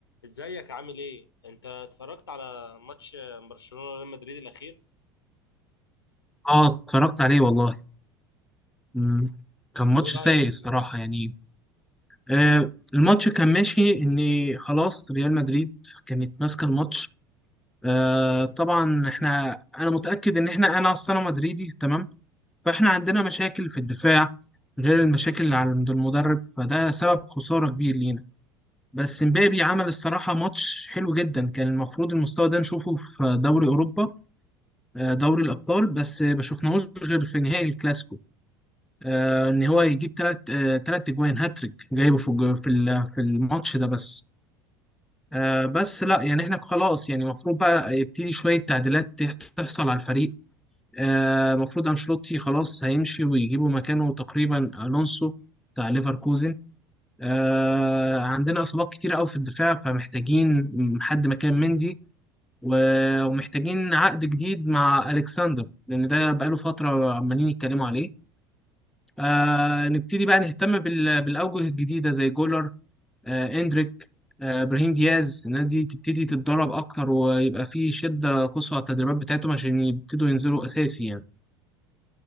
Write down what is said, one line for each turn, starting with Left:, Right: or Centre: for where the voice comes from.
Left: ازيك عامل ايه؟ انت اتفرجت على ماتش برشلونة وريال مدريد الاخير؟
Centre: اه اتفرجت عليه والله مم. كان ماتش
Left: ايه رأيك؟
Centre: سيء الصراحة يعني آه الماتش كان ماشي ان خلاص ريال مدريد كانت ماسكة الماتش آه طبعا احنا انا متأكد ان احنا انا اصلا مدريدي تمام فاحنا عندنا مشاكل في الدفاع غير المشاكل اللي عند المدرب فده سبب خسارة كبير لينا بس مبابي عمل الصراحة ماتش حلو جدا كان المفروض المستوى ده نشوفه في دوري أوروبا آه، دوري الأبطال بس ما شفناهوش غير في نهائي الكلاسيكو آه، ان هو يجيب ثلاث ثلاث اجوان هاتريك جايبه في الج- في ال- في الماتش ده بس آه، بس لا يعني احنا خلاص يعني المفروض بقى يبتدي شويه تعديلات تح- تحصل على الفريق آه، المفروض انشيلوتي خلاص هيمشي ويجيبوا مكانه تقريبا الونسو بتاع ليفركوزن آه، عندنا اصابات كتير قوي في الدفاع فمحتاجين حد مكان مندي و- ومحتاجين عقد جديد مع الكسندر لان ده بقاله فتره عمالين يتكلموا عليه آه نبتدي بقى نهتم بال- بالأوجه الجديدة زي جولر آه إندريك آه إبراهيم دياز الناس دي تبتدي تتدرب أكتر ويبقى في شدة قصوى على التدريبات بتاعتهم عشان يبتدوا ينزلوا أساسي يعني